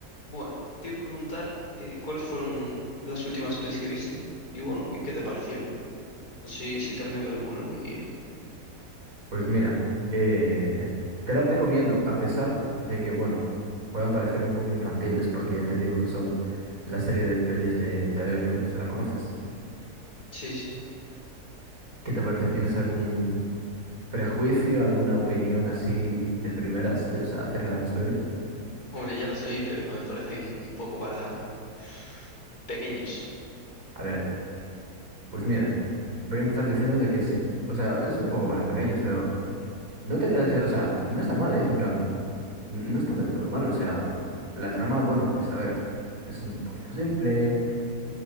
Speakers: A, on the left; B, on the right.
A: Bueno, te iba a preguntar eh, cuáles fueron las últimas pelis que viste y bueno, ¿qué, qué te parecieron? Así, si tal me veo alguna algún día.
B: Pues mira, eh, te las recomiendo, a pesar de que, bueno, puedan parecer un poco infantiles, porque ya te digo que son la serie de pelis de Tadeo Jones, ¿la conoces?
A: Sí, sí.
B: ¿Qué te parece? ¿Tienes algún prejuicio, alguna opinión así de primeras de- o sea, acerca de las pelis?
A: Hombre, ya las oí, pero me parecen un poco para pequeños.
B: A ver, pues mira, voy a empezar diciéndote que sí, o sea, es un poco para pequeños, pero no te creas que, o sea, no está mal, ¿eh? En plan, n- no está del todo mal, o sea, la trama, bueno, pues a ver, es un poquito simple.